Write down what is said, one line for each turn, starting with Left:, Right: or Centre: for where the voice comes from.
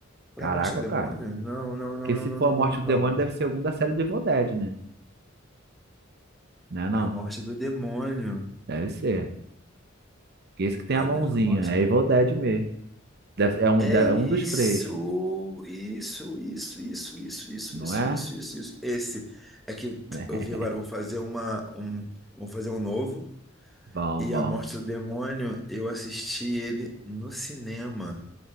Right: Caraca,
Centre: É a morte do
Right: cara.
Centre: demônio? Não, não,
Right: Porque
Centre: não,
Right: se
Centre: não, não,
Right: for
Centre: não,
Right: a morte
Centre: não, calma.
Right: do demônio, deve ser algum da série do Evil Dead, né? Não é não?
Centre: A morte do demônio.
Right: Deve ser. Porque esse que tem
Centre: A,
Right: a mãozinha.
Centre: de- a morte.
Right: É Evil Dead mesmo. Deve- é, um,
Centre: É
Right: de- é
Centre: isso,
Right: um dos três,
Centre: isso, isso, isso, isso, isso,
Right: não
Centre: isso,
Right: é?
Centre: isso, isso, isso. Esse é que t-
Right: <laughs>
Centre: eu vi agora, vão fazer uma, um, vão fazer um novo.
Right: Bom,
Centre: E
Right: bom.
Centre: A Morte do Demônio, eu assisti ele no cinema.